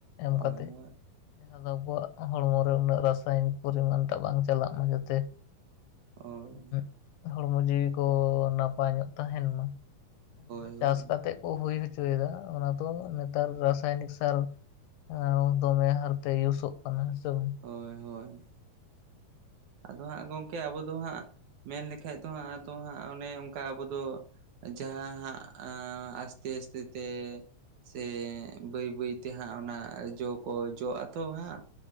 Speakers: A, on the left; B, on the right.
A: ᱮᱢ
B: ᱦᱳᱭ
A: ᱠᱟᱛᱮᱫ
B: ᱦᱳᱭ
A: ᱡᱟᱦᱟᱸ ᱫᱚ ᱟᱵᱚᱣᱟᱜ ᱦᱚᱲᱢᱚ ᱨᱮ ᱩᱱᱟᱹᱜ ᱨᱟᱥᱟᱭᱱᱤᱠ ᱯᱚᱨᱤᱢᱟᱱ ᱴᱟᱜ ᱵᱟᱝ ᱪᱟᱞᱟᱜ ᱤᱱᱟᱹᱛᱮ
B: ᱦᱳᱭ
A: ᱩᱸ ᱦᱚᱲᱢᱚ ᱡᱤᱣᱤ ᱠᱚ ᱱᱟᱯᱟᱭ ᱧᱚᱜ ᱛᱟᱦᱮᱱ ᱢᱟ᱾ ᱡᱟᱦᱟᱸ
B: ᱦᱳᱭ
A: ᱪᱟᱥ
B: ᱦᱳᱭ
A: ᱠᱟᱛᱮᱜ ᱠᱚ ᱦᱩᱭ ᱦᱚᱪᱚᱭᱮᱫᱟ ᱚᱱᱟ ᱫᱚ ᱱᱮᱛᱟᱨ ᱨᱟᱥᱟᱭᱚᱱᱤᱠ ᱥᱟᱨ ᱚ ᱫᱚᱢᱮ ᱦᱟᱨᱛᱮ ᱤᱭᱩᱥᱚᱜ ᱠᱟᱱᱟ ᱥᱮ ᱵᱟᱝ
B: ᱦᱳᱭ ᱦᱳᱭ ᱟᱫᱚ ᱦᱟᱸᱜ ᱜᱚᱢᱠᱮ ᱟᱵᱚ ᱫᱚ ᱦᱟᱸᱜ ᱢᱮᱱ ᱞᱮᱠᱷᱟᱡ ᱫᱚ ᱦᱟᱸᱜ ᱟᱫᱚ ᱦᱟᱸᱜ ᱚᱱᱮ ᱚᱱᱠᱟ ᱟᱵᱚ ᱫᱚ ᱡᱟᱦᱟᱸ ᱦᱟᱸᱜ ᱟᱥᱛᱮ ᱟᱥᱛᱮ ᱛᱮ ᱥᱮ ᱵᱟᱹᱭ ᱵᱟᱹᱭᱛᱮ ᱦᱟᱸᱜ ᱚᱱᱟ ᱡᱚ ᱠᱚ ᱡᱚᱜ ᱟᱛᱚ ᱦᱟᱸᱜ